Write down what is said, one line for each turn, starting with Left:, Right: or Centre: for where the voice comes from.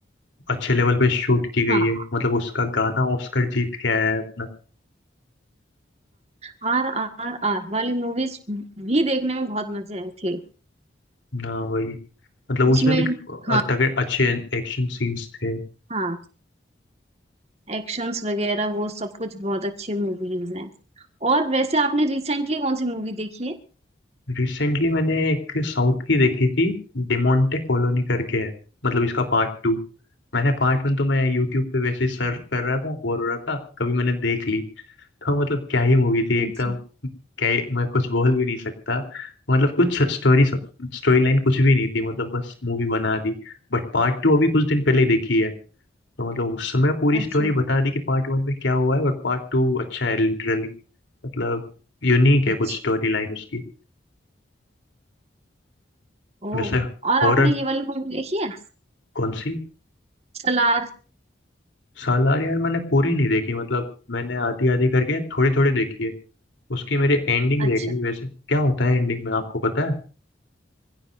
Left: अच्छे लेवल पे शूट की गई
Right: हाँ
Left: है मतलब उसका गाना ऑस्कर जीत के आया है अपना
Right: हाँ आर आर आर वाली मूवीज भी देखने में बहुत मजे आए थे
Left: ना वही मतलब उसमें
Right: उसमें
Left: भी
Right: हाँ
Left: अ- तगड़े अच्छे एक्शन सीन्स थे
Right: हाँ एक्शंस वगैरह वो सब कुछ बहुत अच्छी मूवीज हैं और वैसे आपने रिसेंटली कौन सी मूवी देखी है
Left: रिसेंटली मैंने एक साउथ की देखी थी डिमोंटे कॉलोनी करके है मतलब इसका पार्ट टू मैंने पार्ट वन तो मैं यूट्यूब पे वैसे ही सर्च कर रहा था बोर हो रहा था कभी मैंने देख ली तो मतलब क्या ही मूवी थी एकदम
Right: अच्छा
Left: क्या ही- मैं कुछ बोल भी नहीं सकता मतलब कुछ स्टोरी स्टोरी लाइन कुछ भी नहीं थी मतलब बस मूवी बना दी बट पार्ट टू अभी कुछ दिन पहले ही देखी है तो मतलब उस समय पूरी
Right: अच्छा
Left: स्टोरी बता दी कि पार्ट वन में क्या हुआ है और पार्ट टू अच्छा है लिटरली मतलब यूनिक है
Right: अच्छा
Left: कुछ स्टोरी लाइन उसकी
Right: ओ
Left: वैसे
Right: और
Left: हॉरर
Right: आपने ये वाली मूवी देखी है
Left: कौन सी
Right: सलार
Left: सालार यार मैंने पूरी नहीं देखी मतलब मैंने आधी आधी करके थोड़ी थोड़ी देखी है उसकी मेरी एंडिंग
Right: अच्छा
Left: रह गई वैसे क्या होता है एंडिंग में आपको पता है